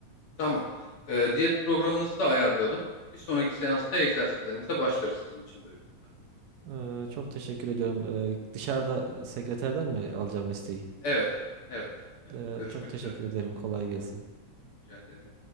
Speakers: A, on the left; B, on the right.
A: Tamam. E, diyet programınızı da ayarlayalım. Bir sonraki seansta egzersizlerimize başlarız sizin için de uygun.
B: Ee, çok teşekkür ediyorum. Ee, dışarıda sekreterden mi alacağım listeyi?
A: Evet, evet, evet.
B: Ee,
A: Görüşmek
B: çok teşekkür
A: üzere.
B: ederim. Kolay gelsin.
A: Rica ederim.